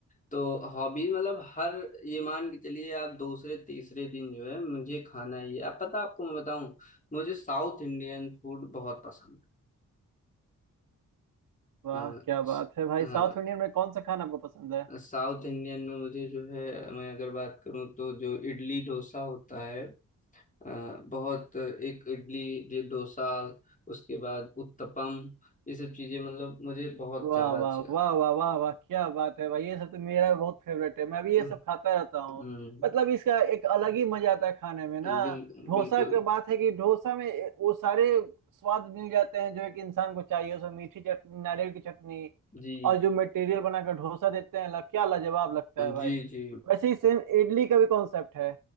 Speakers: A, on the left; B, on the right.
A: तो हॉबी मतलब हर ये मान के चलिए आप दूसरे तीसरे दिन जो है मुझे खाना ही है। आप पता आपको मैं बताऊं मुझे साउथ इंडियन फूड बहुत पसंद
B: वाह
A: है
B: क्या
A: अ, स-
B: बात है भाई
A: हाँ
B: साउथ इंडियन में कौन सा खाना आपको पसंद है
A: साउथ इंडियन में मुझे जो है मैं अगर बात करूं तो जो इडली डोसा होता है अ, बहुत एक इडली ये डोसा उसके बाद उत्तपम ये सब चीजें मतलब मुझे बहुत
B: वाह
A: ज्यादा अच्छी
B: वाह
A: लगती
B: वाह वाह वाह वाह क्या बात है भाई ये सब तो मेरा बहुत फेवरेट है मैं भी ये
A: हैं।
B: सब खाता रहता हूँ
A: हम्म
B: मतलब इसका एक अलग ही मजा आता है खाने में ना
A: बिल,
B: डोसा
A: बिल्कुल
B: की बात है कि डोसा में वो सारे स्वाद मिल जाते हैं जो एक इंसान को चाहिए उसमें मीठी चटनी नारियल की चटनी
A: जी
B: और जो मटेरियल बनाकर डोसा देते हैं लग, क्या लाजवाब लगता है भाई
A: जी जी
B: वैसे ही सेम इडली का भी कॉन्सेप्ट है